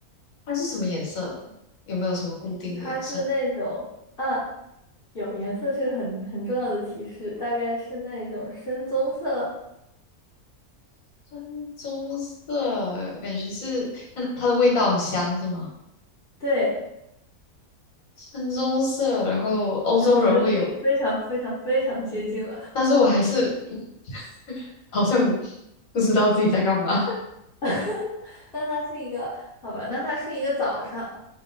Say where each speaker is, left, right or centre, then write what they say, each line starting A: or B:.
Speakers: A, on the left; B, on the left.
A: 它是什么颜色的？有没有什么固定的颜色？
B: 它是那种啊，有颜色是个很很重要的提示，大概是那种深棕色。
A: 深棕色，感觉是它的它的味道很香，是吗？
B: 对，
A: 深棕色，然后欧洲人会有，
B: 哎，我觉得你已经非常非常非常接近了。
A: 但是我还是 <laughs> 好像不知道自己在干嘛。
B: <laughs> 那它是一个，好吧，那它是一个早上，